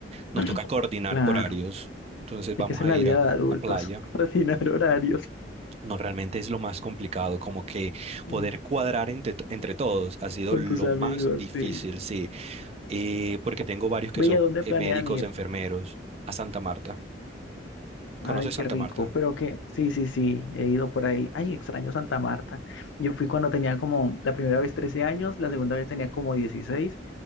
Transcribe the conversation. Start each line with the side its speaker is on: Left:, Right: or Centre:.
Right: nos
Left: <clears throat>
Right: toca coordinar
Left: Claro,
Right: horarios. Entonces vamos
Left: es que esa
Right: a
Left: es la
Right: ir
Left: vida
Right: a,
Left: de adultos,
Right: a playa.
Left: <laughs> coordinar horarios
Right: No, realmente es lo más complicado, como que poder
Left: mm,
Right: cuadrar entre, t- entre todos ha sido
Left: con
Right: lo
Left: tus amigos,
Right: más difícil,
Left: sí.
Right: sí, Eh, porque tengo varios que
Left: Bella,
Right: son
Left: ¿dónde
Right: eh,
Left: planean
Right: médicos,
Left: ir?
Right: enfermeros, a Santa Marta.
Left: Ay,
Right: ¿Conoces
Left: qué
Right: Santa
Left: rico,
Right: Marta?
Left: pero que, sí, sí, sí, he ido por ahí. Ay, extraño Santa Marta. Yo fui cuando tenía como, la primera vez 13 años, la segunda vez tenía como 16.